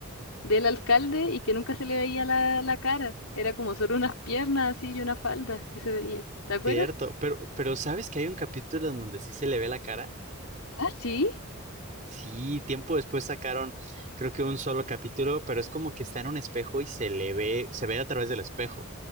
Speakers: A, on the left; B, on the right.
A: del alcalde y que nunca se le veía la, la cara. Era como solo unas piernas así y una falda que se veía. ¿Te acuerdas?
B: Cierto, pero, pero ¿sabes que hay un capítulo en donde sí se le ve la cara?
A: Ah, sí.
B: Sí, tiempo después sacaron, creo que un solo capítulo, pero es como que está en un espejo y se le ve, se ve a través del espejo.